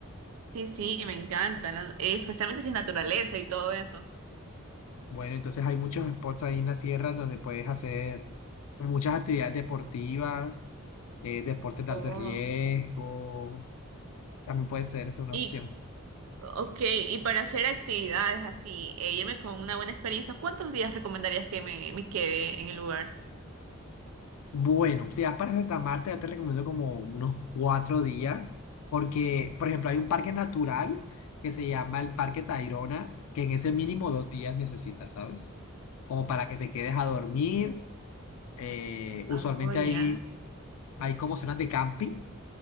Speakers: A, on the right; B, on the left.
A: Sí, sí, me encanta. la- eh, especialmente si es naturaleza y todo eso.
B: Bueno, entonces hay muchos spots ahí en la sierra donde puedes hacer como muchas actividades deportivas, eh, deportes de
A: Oh.
B: alto riesgo, también puede ser esa una
A: Y,
B: opción.
A: ok, y para hacer actividades así, e irme con una buena experiencia, ¿cuántos días recomendarías que me, me quede en el lugar?
B: Bueno, si vas para Santa Marta, yo te recomiendo como unos cuatro días, porque, por ejemplo, hay un parque natural que se llama el Parque Tayrona, que en ese mínimo dos días necesitas, ¿sabes? Como para que te quedes a dormir. eh, usualmente
A: Oh, ya.
B: ahí hay como zonas de camping,